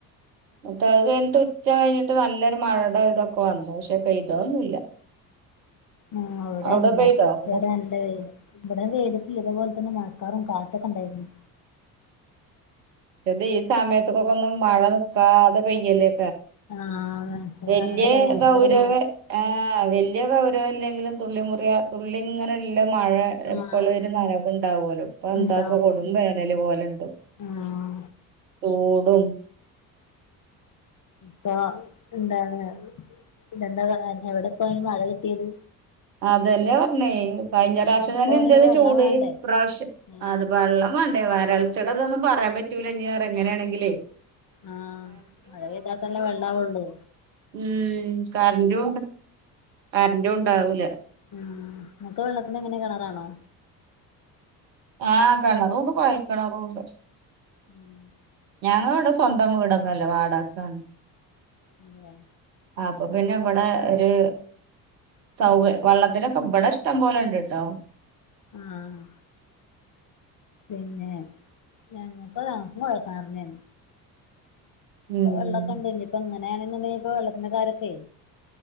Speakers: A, on the right; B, on the left.
A: ന്നിട്ട് അത് കഴിഞ്ഞിട്ട് ഉച്ച കഴിഞ്ഞിട്ട്- നല്ലൊരു മഴയുടെ ഇതൊക്കെ വന്നു പക്ഷെ പെയ്തൊന്നുല്ല
B: ആ അവിടെ
A: അവടെ
B: തന്നെ
A: പെയ്തോ?
B: ഉച്ച
A: പക്ഷെ
B: വരെ നല്ല വെയിൽ ഇവിടെ വെയിലത്തി ഇതേപോലെ തന്നെ മഴക്കാറും കാറ്റും ഒറ്റൊക്കെ ഉണ്ടായിരുന്നു
A: പക്ഷെത് ഈ സമയത്ത്ക്ക്ക്കൊന്നും മഴ നിക്കാതെ പെയ്യല്ലേ
B: ആഹ് ഈ
A: വലിയ
B: സമയത്തൊക്കെ ഭയങ്കര
A: ഗൗരവ്
B: മഴ
A: ആഹ് വലിയ ഗൗരവ് ഇല്ലെങ്കിലും തുള്ളി മുറിയാ തുള്ളി ഇങ്ങനെയല്ല മഴ എപ്പോൾ
B: ആഹ്
A: ഒരു നനവുണ്ടാവലോ ഇപ്പൊ എന്താപ്പ
B: ഉണ്ടാവും
A: കൊടും വേനൽ പോലെ ഉണ്ട്
B: ആഹ്
A: ചൂടും
B: ഇപ്പൊ എന്താണ് ഇതെന്താ എവിടെപ്പോ അയിന് മഴ കിട്ടിയത്
A: അതന്നേ പറഞ്ഞേ കഴിഞ്ഞ പ്രാവശ്യം
B: അങ്ങനെ
A: തന്നെ
B: പോണെങ്കി
A: എന്തരു
B: വെള്ളം
A: ചൂട്
B: വേണ്ടേ
A: ഇപ്രാവശ്യം
B: ആഹ്
A: അത് വെള്ളം വേണ്ടേ വരൾച്ചയുടെ അതൊന്നും പറയാൻ യാൻ പറ്റൂല ഞ്ഞറെയങ്കിലാന്നെങ്കില്
B: ആ മഴ പെയ്താത്തന്നെ വെള്ളാവള്ളൂ
A: ഉം കറന്റു കറന്റും ഉണ്ടാവൂല
B: ഉം ഇങ്ങക്ക് വെള്ളത്തിന് എങ്ങനെ കിണറാണോ?
A: ആ കിണറുണ്ട് കുഴൽകിണറുണ്ട്
B: ഉം
A: ഞങ്ങൾ ഇവിടെ സ്വന്തം വിടൊന്നുമല്ല വാടാകയ്ക്കാണ്
B: അല്ലേ
A: ആ അപ്പൊ പിന്നെ ഇവിടെ ഒരു സൗക വെള്ളത്തിനൊക്കെ ഇവിടെ വെള്ളം ഇഷ്ടം പോലെ ഉണ്ട്ട്ടോ
B: ആഹ് പിന്നെ ഞങ്ങക്ക് ഞങ്ങൾക്കും കുഴൽ കിണറ് തന്നെ ഇപ്പൊ
A: ഉം
B: വെള്ളൊക്കെ ഉണ്ട് ഇനി ഇപ്പം ഇങ്ങനെയണണ്ടെ ഇപ്പ വെള്ളത്തിന്റെ കാര്യ ഒക്കെ